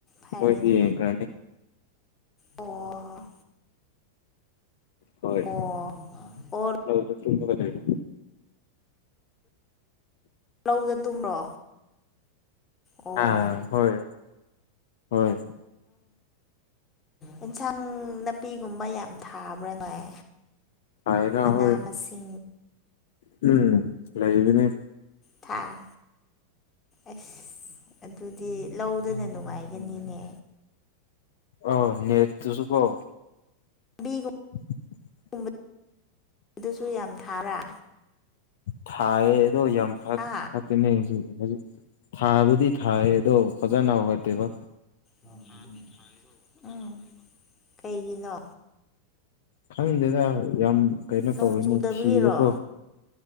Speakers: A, on the left; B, on the left.
A: ꯐꯔꯦꯅꯦ
B: ꯃꯣꯏꯗꯤ ꯌꯦꯡꯒ꯭ꯔꯥꯅꯤ
A: ꯑꯣ
B: ꯍꯣꯏ
A: ꯑꯣ ꯑꯣ
B: ꯂꯧ ꯗ ꯇꯨꯝꯒꯗꯣꯏꯅꯦ
A: ꯂꯧꯗ ꯇꯨꯝꯕ꯭ꯔꯣ ꯑꯣ
B: ꯑꯥ ꯍꯣꯏ ꯍꯣꯏ
A: ꯑꯦꯟꯁꯥꯡ ꯅꯄꯤꯒꯨꯝꯕ ꯌꯥꯝ ꯊꯥꯕ꯭ꯔꯥ ꯅꯣꯏ
B: ꯍꯥꯏꯅ
A: ꯃꯅꯥ
B: ꯍꯣꯏ
A: ꯃꯁꯤꯡ
B: ꯎꯝ ꯂꯩꯕꯅꯦ
A: ꯊꯥ ꯑꯁ ꯑꯗꯨꯗꯤ ꯂꯧꯗꯅ ꯅꯨꯡꯉꯥꯏꯒꯅꯤꯅꯦ
B: ꯑꯥ ꯅꯦꯠ ꯇꯨꯁꯨ ꯀꯣ
A: ꯕꯤ
B: <inaudible>
A: ꯒꯨꯝꯕ ꯑꯗꯨꯁꯨ ꯌꯥꯝ ꯊꯥꯕ꯭ꯔꯥ
B: ꯊꯥꯏꯌꯦ ꯑꯗꯣ ꯌꯥꯝ ꯐꯠ
A: ꯍꯥ
B: ꯐꯠꯇꯦꯅꯦ ꯍꯨꯖꯤꯛ <unintelligible> ꯊꯥꯕꯨꯗꯤ ꯊꯥꯏ ꯑꯦꯗꯣ ꯐꯖꯅ ꯍꯧꯒꯠꯇꯦꯕ
A: ꯍꯥꯟꯅꯗꯤ ꯊꯥꯏꯌꯦꯕ ꯑꯥ ꯀꯩꯒꯤꯅꯣ
B: ꯈꯪꯗꯦꯗꯥ ꯌꯥꯝ ꯀꯩꯅꯣ
A: ꯅꯣꯡ
B: ꯇꯧꯋꯦꯅꯦ
A: ꯆꯨꯗꯕꯒꯤꯔꯣ
B: ꯊꯤꯕꯀꯣ